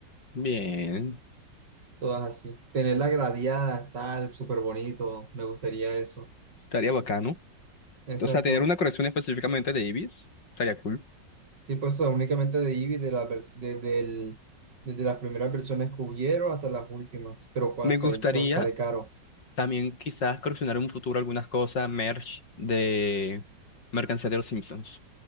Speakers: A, on the left; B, on the right.
A: Bien,
B: Todas así. Tenerla gradeada, tal, súper bonito. Me gustaría eso.
A: estaría bacano.
B: Exacto.
A: O sea, tener una colección específicamente de Ibis, estaría cool.
B: Sí, pues o sea, únicamente de Eevee, de la vers- desde el- desde las primeras versiones que hubieron hasta las últimas. Pero pues,
A: Me gustaría
B: obviamente se sale caro.
A: también quizás coleccionar en un futuro algunas cosas, merch de mercancía de los Simpsons,